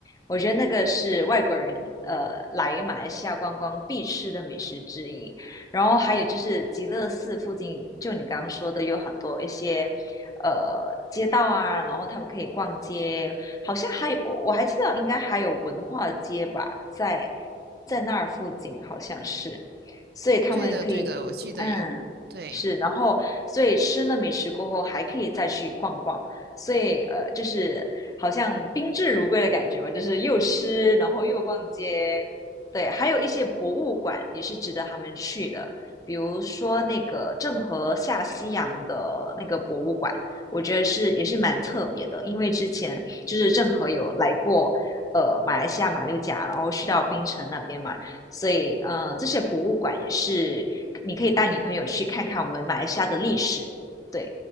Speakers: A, on the left (about 20°); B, on the right (about 60°).
A: 我觉得那个是外国人呃来马来西亚观光必吃的美食之一，然后还有就是极乐寺附近，就你刚刚说的，有很多一些呃街道啊，然后他们可以逛街，好像还有我我还记得应该还有文化街吧，在在那儿附近好像是，所以他们可以
B: 对的，对的，我记得有。
A: 嗯是，
B: 对，
A: 然后所以吃了美食过后还可以再去逛逛。所以呃，就是好像宾至如归的感觉吧，就是又吃，然后又逛街，对，还有一些博物馆也是值得他们去的，比如说那个郑和下西洋的那个博物馆，我觉得是也是蛮特别的，因为之前就是郑和有来过呃马来西亚马六甲，然后去到槟城那边嘛，所以嗯、呃这些博物馆也是你可以带你朋友去看看我们马来西亚的历史。对，